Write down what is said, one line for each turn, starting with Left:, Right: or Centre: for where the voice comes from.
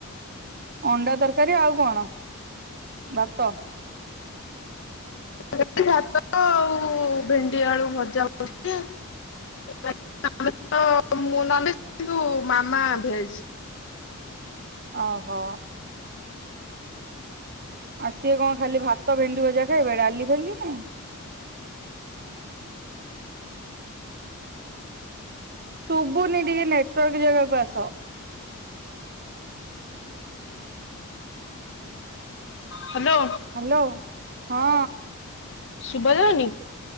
Right: ଅଣ୍ଡା ତକାରୀ ଆଉ କଣ ଭାତ।
Left: ଏଠି ଭାତ ଆଉ ଭେଣ୍ଡି ଆଳୁ ଭଜା ବସିଛି। <unintelligible> ମୁଁ ନନଭେଜ୍ କିନ୍ତୁ ମାମା ଭେଜ୍।
Right: ଅ ହୋ। ଆଉ ସିଏ କଣ ଖାଲି ଭାତ ଭେଣ୍ଡି ଭଜା ଖାଇବେ ଡାଲି ଫାଲି ନାଇଁ। ଶୁଭୁନି ଟିକେ ନେଟୱାର୍କ ଜାଗାକୁ ଆସ।
Left: ହ୍ୟାଲୋ।
Right: ହ୍ୟାଲୋ ହଁ।
Left: ଶୁଭା ଯାଉନି।